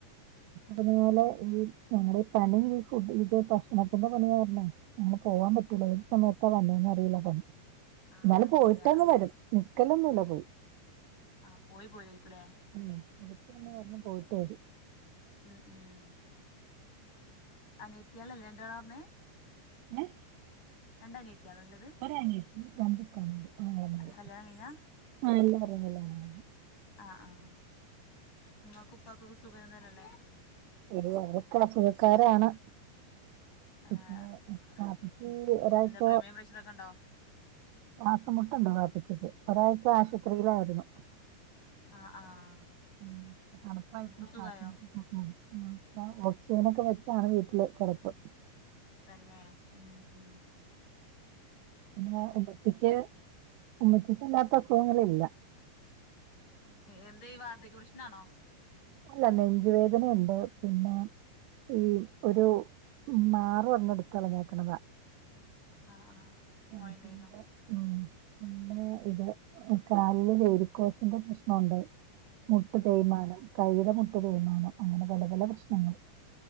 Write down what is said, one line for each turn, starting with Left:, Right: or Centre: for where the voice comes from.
Right: പറഞ്ഞാല് ഈ ഞങ്ങളെ ഈ പണി ഈ ഫുഡ് ഇത് ഭക്ഷണത്തിന്റെ പണിയായിര്ന്നൊ. ഞങ്ങള് പോവാാൻ പറ്റൂല. ഏത് സമയത്താ വന്നേന്നറീല്ല പം.
Left: ആഹ്
Right: ഇന്നാലും പോയിട്ടന്ന്
Left: ശരിയാ ആഹ്
Right: വരും നിക്കലൊന്നുല്ലത്.
Left: ആഹ് പോയി പോരായിരിക്കുംല്ലേ
Right: ഉം അടുത്ത് തന്നെ
Left: ഉം
Right: പറഞ്ഞ് പോയിട്ട് വെരും.
Left: ഉം ഉം അനിയത്യേളെല്ലെ രണ്ടാള് പറഞ്ഞെ
Right: ഏ
Left: രണ്ട് അനിയത്ത്യ ഇള്ളത്.
Right: ഒരു അനിയത്തി രണ്ട് കബ് അങളമാര്
Left: കല്യാണം
Right: പെങളൂം
Left: കഴിഞ്ഞാ
Right: എന്ന എല്ലാ <unintelligible> <unintelligible>
Left: അ ആഹ് ഉമ്മാക്കു ഉപ്പാക്കൊക്കെ സുഖം തന്നെല്ലേ.
Right: എടീ അവരൊക്കെ അസുഖക്കാരാണ് പ്പിന്നെ
Left: ഏഹ്
Right: വാപിചി ഒരാഴ്ച്ച.
Left: എന്താ പ്രമേയം പ്രഷറൊക്കെ ഉണ്ടോ
Right: ശ്വാസംമുട്ടുണ്ടൊ ബാപ്പിച്ചിക്ക്. ഒരാഴ്ച ആശുപത്രിയിലായിരുന്നു.
Left: ആഹ് ആഹ്
Right: ഉം തണ്പ്പ് ആയിട്ട്
Left: ഇപ്പൊ
Right: ശ്വാസം
Left: സുഖായോ
Right: മുട്ട് <unintelligible> ഒ ഓസേനൊക്കെ വെച്ചാണ് വീട്ടില് കിടപ്പ്
Left: തന്നെ ഉം ഉ
Right: പിന്നെ ഉമ്മച്ചക്ക് ഉമ്മച്ചക്ക്ല്ലാത്ത അസുഖങ്ങില്ല
Left: എന്താ ഈ വാർധക പ്രഷ്നാണോ
Right: അല്ല നെഞ്ച വേദനുണ്ട് പിന്നെ ഈ ഒരു മാറ എടുക്കളഞ്ഞേക്കണതാ
Left: ആഹ് ആഹ്
Right: ആ
Left: മഴണ്ടായിരുന്നോ
Right: പിന്നെ മം പിന്നെ ഇത് കലിൽ വോരിക്കോസിന്റെ പ്രശ്നമുണ്ട് മുട്ട്
Left: ആഹ്
Right: തേയ്മാനം കൈയില മുട്ട് തേയ്മാനം അങ്ങനെ പല പല പ്രശ്നങ്ങൾ